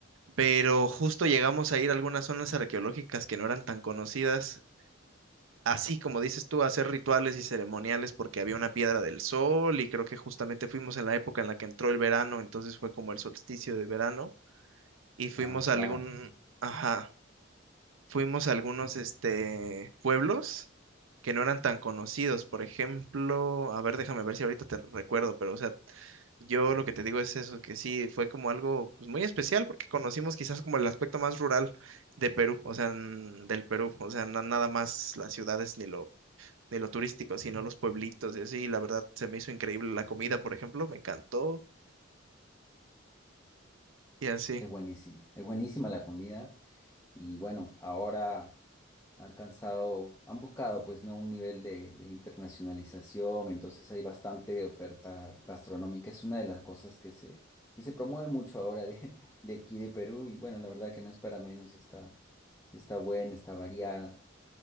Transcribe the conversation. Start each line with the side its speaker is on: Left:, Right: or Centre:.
Right: pero justo llegamos a ir a algunas zonas arqueológicas que no eran tan conocidas, así como dices tú, a hacer rituales y ceremoniales porque había una piedra del sol y creo que justamente fuimos en la época en la que entró el verano, entonces fue como el solsticio de verano y fuimos
Left: Ah, claro,
Right: a algún, ajá, fuimos a algunos este, pueblos que no eran tan conocidos. Por ejemplo, a ver, déjame ver si ahorita te recuerdo, pero o sea, yo lo que te digo es eso, que sí, fue como algo pues, muy especial porque conocimos quizás como el aspecto más rural de Perú, o sea, n- del Perú, o sea, na- nada más las ciudades ni lo, ni lo turístico, sino los pueblitos y así. y La verdad, se me hizo increíble la comida, por ejemplo, me encantó y así.
Left: es buenísima, es buenísima la comida y bueno, ahora han alcanzado, han buscado pues no un nivel de, de internacionalización, entonces hay bastante oferta gastronómica, es una de las cosas que se, que se promueve mucho ahora de, de aquí de Perú y bueno, la verdad que no es para menos, está, sí está buena, está variada.